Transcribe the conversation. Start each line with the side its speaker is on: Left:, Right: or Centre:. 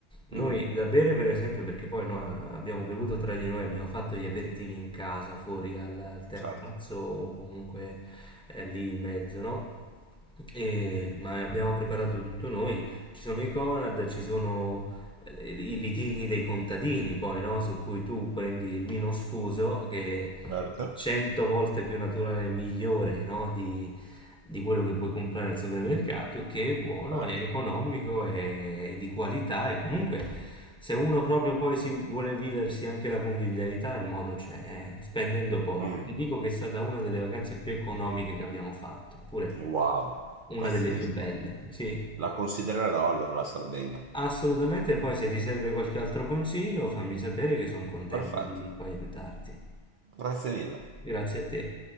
Centre: Noi
Right: Mh-mh.
Centre: da bere, per esempio, perché poi no, abbiamo bevuto tra di noi, abbiamo fatto gli aperitivi in casa, fuori al, al terrazzo
Right: Certo,
Centre: o comunque eh, lì in mezzo, no? E- ma abbiamo preparato tutto noi. Ci sono i Conad, ci sono i vitigni dei contadini, poi, no? Su cui tu prendi il vino sfuso che è
Right: certo,
Centre: 100 volte più naturale e migliore, no? Di, di quello che puoi comprare al supermercato, che è buono,
Right: certo.
Centre: è economico, è di qualità e comunque se uno proprio poi si vuole viversi anche la convivialità, il modo c'è, eh, spendendo poco.
Right: Mh,
Centre: Ti dico che è stata una delle vacanze più economiche che abbiamo fatto, eppure
Right: wow,
Centre: una
Right: pazzesco.
Centre: delle più belle. Sì.
Right: La considererò allora la Sardegna.
Centre: Assolutamente, poi se ti serve qualche altro consiglio, fammi sapere che sono contento
Right: Perfetto,
Centre: di poi aiutarti.
Right: grazie mille.
Centre: Grazie a te.